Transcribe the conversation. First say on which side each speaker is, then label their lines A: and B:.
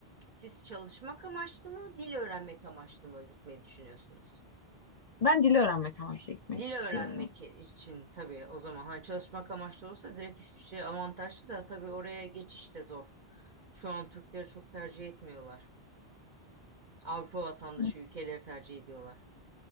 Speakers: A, on the right; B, on the left.
A: Siz çalışmak amaçlı mı, dil öğrenmek amaçlı mı gitmeyi düşünüyorsunuz?
B: Ben dili öğrenmek amaçlı gitmek
A: Dil
B: istiyorum.
A: öğrenmek için tabii o zaman hani çalışmak amaçlı olsa direkt İsviçre avantajlı da tabii oraya geçiş de zor. Şu an Türkleri çok tercih etmiyorlar. Avrupa vatandaşı
B: Hı.
A: ülkeleri tercih ediyorlar.